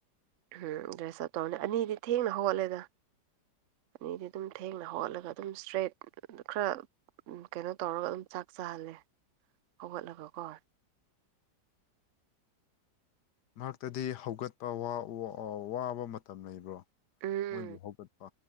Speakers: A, on the right; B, on the left.
A: ꯎꯝ ꯗ꯭ꯔꯦꯁ ꯑꯞ ꯇꯧꯔꯅꯤ ꯑꯅꯤꯗꯤ ꯊꯦꯡꯅ ꯍꯧꯒꯠꯂꯦꯗ ꯑꯅꯤꯗꯤ ꯑꯗꯨꯝ ꯊꯦꯡꯅ ꯍꯧꯒꯠꯂꯒ ꯑꯗꯨꯝ ꯏꯁꯇ꯭ꯔꯦꯠ ꯈꯔ ꯎꯝ ꯀꯩꯅꯣ ꯇꯧꯔꯒ ꯑꯗꯨꯝ ꯆꯥꯛ ꯆꯥꯍꯜꯂꯦ ꯍꯧꯒꯠꯂꯒꯀꯣ
B: ꯃꯔꯛꯇꯗꯤ ꯍꯧꯒꯠꯄ ꯋꯥ ꯋꯥ ꯑꯥ ꯋꯥꯕ ꯃꯇꯝ ꯂꯩꯕ꯭ꯔꯣ
A: ꯎꯝ
B: ꯃꯣꯏꯒꯤ ꯍꯧꯒꯠꯄ